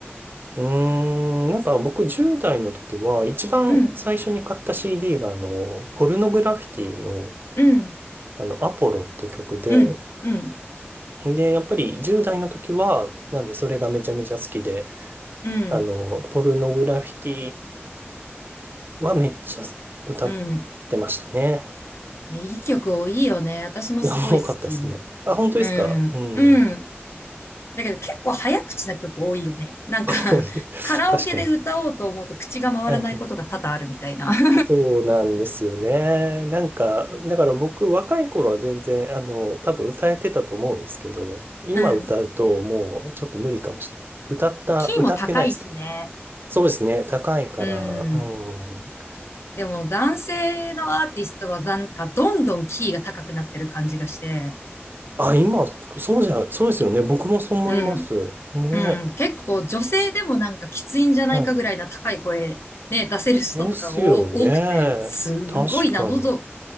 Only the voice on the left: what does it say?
うん、
うん、
うん、うん、
うん、
うん。ね、いい曲多いよね。私もすごい好き。
うん、うん。だけど結構早口な曲多いよね。なんか <laughs>
カラオケで歌おうと思うと口が回らないことが多々あるみたいな。
<laughs>
うん。
キーも高いしね。
うん。
でも男性のアーティストはなんかどんどんキーが高くなってる感じがして、
うん。
うん。結構女性でもなんかきついんじゃないかぐらいな高い声ね、
出せる人とかお多くて、
すごいな、
喉、